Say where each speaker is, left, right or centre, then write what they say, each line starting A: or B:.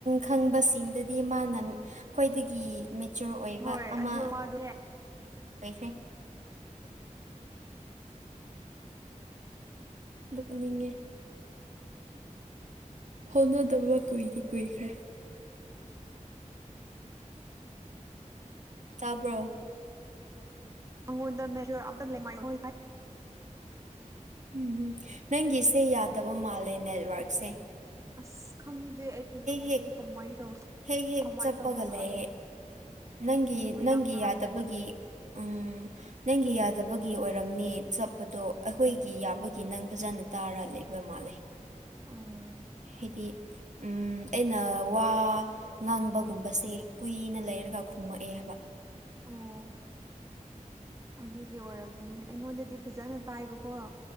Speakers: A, on the right; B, on the right.
A: ꯈꯪꯕꯁꯤꯡꯗꯗꯤ ꯃꯥꯅ ꯈ꯭ꯋꯥꯣꯏꯗꯒꯤ꯫ ꯃꯦꯆꯣꯔ ꯑꯣꯏꯕ
B: ꯍꯣꯏ
A: ꯑꯃ
B: ꯑꯗꯨ ꯃꯥꯗꯨꯅꯦ
A: ꯑꯣꯏꯈ꯭ꯔꯦ ꯑꯅꯤꯡꯉꯦ꯫ ꯍꯣꯠꯅꯗꯕ ꯀꯨꯏꯗꯤ ꯀꯨꯏꯈ꯭ꯔꯦ ꯇꯥꯕ꯭ꯔꯣ
B: <unintelligible>
A: ꯎꯝꯝ ꯅꯪꯒꯤꯁꯦ ꯌꯥꯗꯕ ꯃꯥꯜꯂꯦ ꯅꯦꯠꯋꯔꯛꯁꯦ꯫
B: ꯑꯁ ꯈꯪꯗꯦ ꯑꯩꯒꯤ ꯅꯤꯉꯡꯁꯦ
A: ꯍꯦꯛ
B: ꯀꯃꯥꯏꯅ ꯇꯧ
A: ꯍꯦꯛ ꯍꯦꯛ
B: ꯀꯃꯥꯏ
A: ꯆꯠꯄꯒ
B: ꯇꯧꯕꯖꯥꯠꯂ
A: ꯂꯩ ꯅꯪꯒꯤ
B: ꯃꯤ ꯃꯌꯥꯝꯅ
A: ꯅꯪꯒꯤ ꯌꯥꯗꯕꯒꯤ꯫
B: ꯍꯥꯏꯅꯕꯅꯦ
A: ꯎꯝ ꯅꯪꯒꯤ ꯌꯥꯗꯕꯒꯤ ꯑꯣꯏꯔꯝꯅꯤ ꯆꯠꯄꯗꯣ ꯑꯩꯈꯣꯏꯒꯤ꯫ ꯒꯤ ꯌꯥꯕꯒꯤ ꯅꯪ ꯐꯖꯥꯅ ꯇꯥꯔ ꯂꯩꯕ ꯃꯥꯜꯂꯦ
B: ꯑꯣ
A: ꯍꯥꯏꯗꯤ ꯎꯝ ꯑꯩꯅ ꯋꯥ ꯉꯥꯡꯕꯒꯨꯝꯕꯁꯦ ꯀꯨꯏꯅ ꯂꯩꯔꯒ ꯈꯨꯝꯃꯛꯑꯦ ꯍꯥꯏꯕ
B: ꯑꯣ ꯑꯗꯨꯒꯤ ꯑꯣꯏꯔꯝꯒꯅꯤ ꯑꯩꯉꯣꯟꯗꯗꯤ ꯐꯖꯅ ꯇꯥꯏꯕꯀꯣ